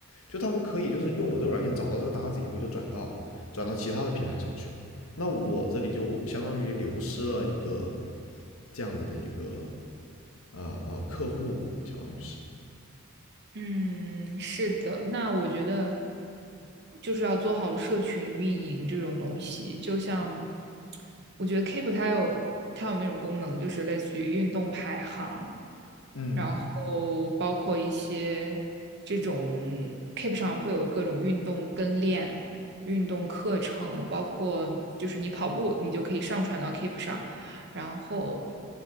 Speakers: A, on the left; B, on the right.
A: 就他们可以就是用我这个软件找到这个搭子以后，就转到转到其他的平台上去了。那我这里就相当于流失了一个这样子的一个呃呃客户嘛，相当于是。
B: 嗯，是的，那我觉得就是要做好社群运营这种东西，就像我觉得 Keep 它有它有那种功能，就是类似于运动排行，
A: 嗯，
B: 然后包括一些这种 Keep 上会有各种运动跟练、运动课程，包括就是你跑步，你就可以上传到 Keep 上，然后